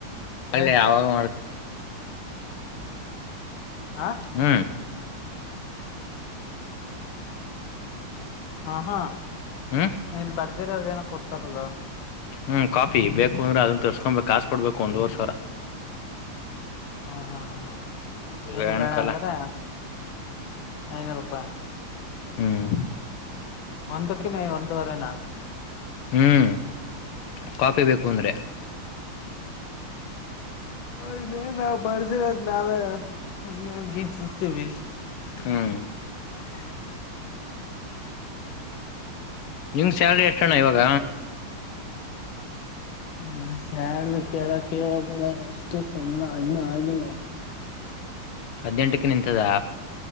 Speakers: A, on the left; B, on the left.
A: ಕೇಳ್
B: ಯಾವಾಗ
A: ಹಾ
B: ಹ್
A: ಹಾ ಹಾ
B: ಹ್ಮ್
A: ನೀನ್ ಬರ್ದಿರ ಅದೇನೋ ಕೊಡ್ತಾರಲ್ಲ
B: ಹ್ಮ್ ಕಾಪಿ ಬೇಕುಂದ್ರೆ ಅದನ್ನ ತರ್ಕೊಬೇಕು ಕಾಸ್ ಕೊಡ್ಬೇಕು ಒಂದುವವರ್ ಸಾವರ
A: ಹಾ ಹಾ ಹ್ಮ
B: ವ್ಯಾನ್
A: ಏನು ಬೇೇಳ
B: ಕಾಲ
A: ಅಂದ್ರೆ ಐನೂರು ರೂಪಾಯಿ
B: ಹ್ಮ
A: ಒಂದುಕ್ಕೆ ನ ಒಂದುವರೆನಾ <unintelligible>
B: ಹ್ಮ್ ಕಾಫಿ ಬೇಕು ಅಂದ್ರೆ <unintelligible>
A: ಇ ನಾವ್ ಬರ್ದಿರೋದ್ ನಾವೇನ್ ಗೀತ ಸಿತೀವಿ <unintelligible>
B: ಹ್ಮ <unintelligible>
A: ಹ
B: ನಿಂಗೆ ಸ್ಯಾಲ್ರಿ ಎಷ್ಟೋಣ್ಣ ಇವಾಗ
A: ಹ್ಮ ಸಾರ ಕೇಳಕ್ಬಳ ಅಷ್ಟು ಸುನೆ ಅದನ್ನ ಆಗಿಲ್ಲ
B: ಹದಿನೆಂಟಕ್ಕೆ ನಿಂತದಾ